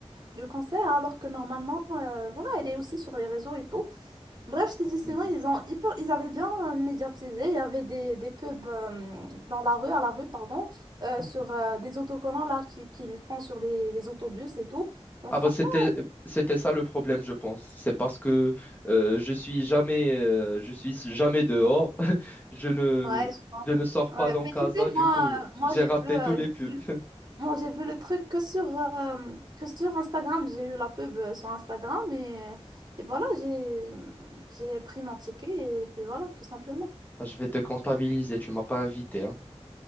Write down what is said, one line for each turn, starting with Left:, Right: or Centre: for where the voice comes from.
Right: du cancer, alors que normalement, euh, voilà, elle est aussi sur les réseaux et tout. Bref, je t'ai dit, sinon,
Left: Mhm.
Right: ils ont hyper- ils avaient bien euh, médiatisé, il y avait des, des pubs euh, dans la rue, à la rue, pardon, euh,
Left: D'accord.
Right: sur euh, des autocollants là qui- qu'ils font sur les, les autobus et tout. Donc
Left: Ah
Right: franchement,
Left: bah c'était c'était ça le problème je pense. C'est parce que euh, je suis jamais euh, je suis jamais dehors. <laughs> Je ne
Right: ouais, je pense.
Left: je ne sors
Right: Ouais,
Left: pas dans
Right: mais
Left: Casa
Right: tu sais,
Left: du
Right: moi,
Left: coup,
Right: euh, moi
Left: j'ai
Right: j'ai
Left: raté
Right: vu, euh,
Left: tous les pubs. <laughs>
Right: Moi, j'ai vu le truc que sur, euh, que sur Instagram. J'ai eu la pub euh, sur Instagram et, et voilà, j'ai, j'ai pris mon ticket et puis voilà, tout simplement.
Left: Ah, Je vais te comptabiliser, tu m'as pas invité hein.